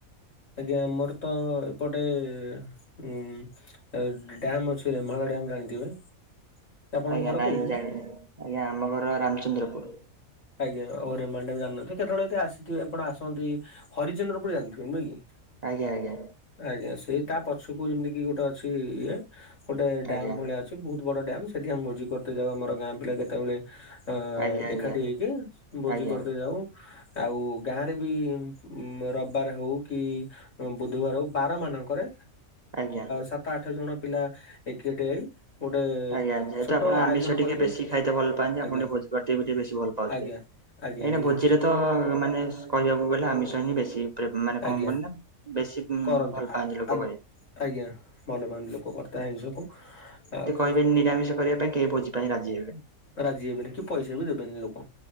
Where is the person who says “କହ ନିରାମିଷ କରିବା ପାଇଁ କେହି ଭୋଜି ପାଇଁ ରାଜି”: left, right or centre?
Right